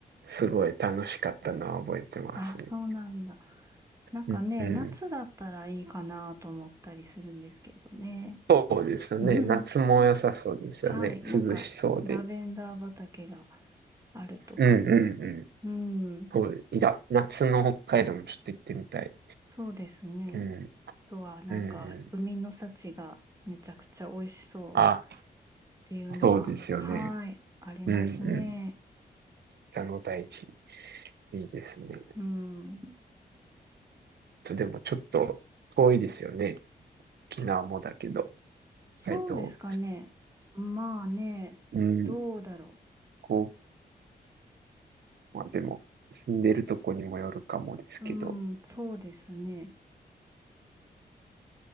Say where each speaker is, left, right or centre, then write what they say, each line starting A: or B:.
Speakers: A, on the right; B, on the right.
A: すごい楽しかったのは覚えてますね。
B: あそうなんだ。なんかね、
A: うんうん、
B: 夏だったらいいかなと思ったりするんですけどね。
A: そうですね。
B: <laughs>
A: 夏も良さそうですよね。
B: はい、なんか、
A: 涼しそうで。
B: ラベンダー畑があるとか。
A: うんうんうん。
B: うん、
A: そういや、夏の北海道もちょっと行ってみたい。
B: そうですね。
A: うん、
B: あとは、なんか、
A: うん、うん。
B: 海の幸がめちゃくちゃ美味しそう。
A: あ、
B: っていうのは、
A: そうですよね。
B: はい、ありますね。
A: うん、うん。北の大地、いいですね。
B: うん。
A: とでもちょっと遠いですよね。沖縄もだけど。
B: そうですかね。
A: はえっと、
B: まあね、
A: うん、
B: どうだろ
A: こう、まあでも、住んでるとこにもよるかもですけど。
B: う。うん、そうですね。